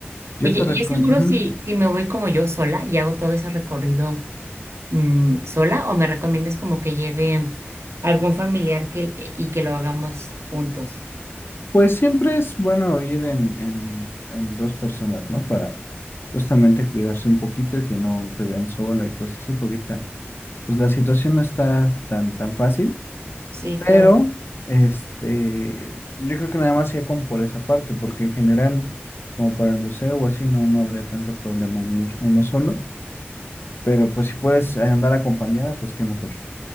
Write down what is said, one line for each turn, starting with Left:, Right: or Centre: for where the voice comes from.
Left: Yo
Right: Oye,
Left: te recomiendo,
Right: ¿y es seguro si, si me voy como yo sola y hago todo ese recorrido mm, sola o me recomiendas como que lleve algún familiar que, e, y que lo hagamos juntos?
Left: Pues siempre es bueno ir en, en, en dos personas, ¿no? Para justamente cuidarse un poquito y que no te vean sola y cosas así, porque ta- pues la situación no está tan, tan fácil,
Right: Sí,
Left: pero
Right: claro.
Left: este, yo creo que nada más iría como por esa parte, porque en general, como para el museo o así, no, no habría tanto problema en ir uno solo, pero pues si puedes andar acompañada, pues qué mejor.